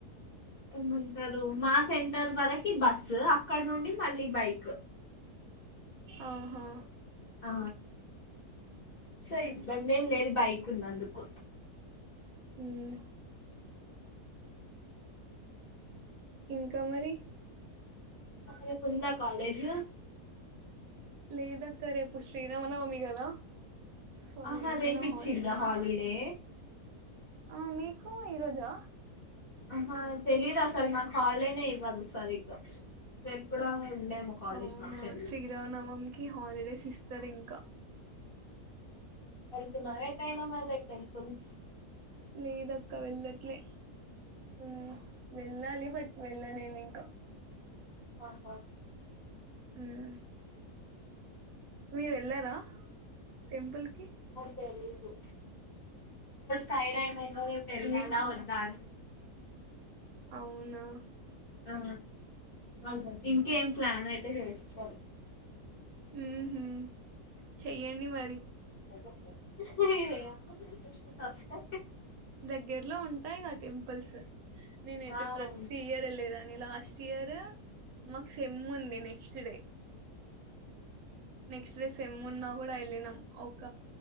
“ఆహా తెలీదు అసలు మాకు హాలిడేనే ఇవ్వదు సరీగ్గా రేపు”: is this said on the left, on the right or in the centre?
Left